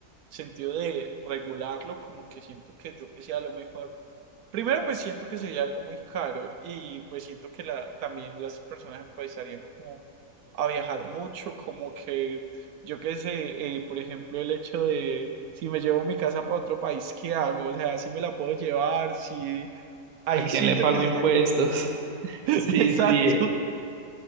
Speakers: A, on the right (about 75°); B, on the right (about 40°).
A: sentido de regularlo, como que siento que yo que sea lo mejor. Primero, pues siento que sería algo muy caro y pues siento que la, también las personas empezarían como a viajar mucho, como que yo qué sé, eh, por ejemplo, el hecho de si me llevo mi casa para otro país, ¿qué hago? O sea, si me la puedo llevar, si ahí
B: ¿A quién
A: siento
B: le pago
A: que sería
B: impuestos? <laughs>
A: <laughs> Exacto.
B: Sí, sí,